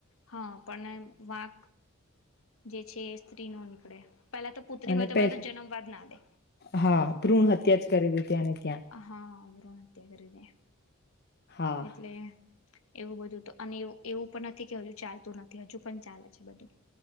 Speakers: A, on the left (about 70°); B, on the left (about 50°).
A: હા પણ વાંક, જે છે સ્ત્રી નો નીકળે. પેલા તો પુત્રી
B: અને
A: હોય તો
B: પે
A: પેલા તો જન્મવાદ ના દે
B: હા, ભ્રૂણ હત્યા જ કરી દી ત્યાની.
A: હાવ બ્રુનહત્યા કરી દે
B: હા
A: એટલે એવું બધું તો અનેવ એવું પણ નથી, કે હજુ ચાલતું નથી હજુ પણ ચાલે છે બધું.